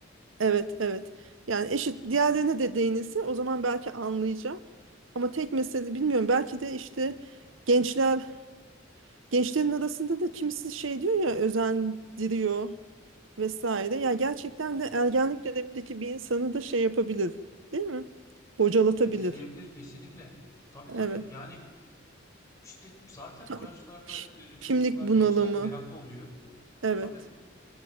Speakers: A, on the right (about 90°); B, on the left (about 15°).
A: evet evet yani eşit diğerlerine de değinilse o zaman belki anlayacağım ama tek mesele bilmiyorum belki de işte gençler Gençlerin arasında da kimisi şey diyor ya özendiriyor vesaire. Ya gerçekten de ergenlik dönemindeki bir insanı da şey yapabilir, değil mi? Bocalatabilir.
B: Etkileyebilir kesinlikle. Tabii tabii.
A: Evet.
B: Yani İşte zaten
A: Ta-
B: o yaşlarda
A: ki-
B: e, çocuklar,
A: Kimlik bunalımı.
B: gençler meraklı oluyor.
A: Evet.
B: Tabii.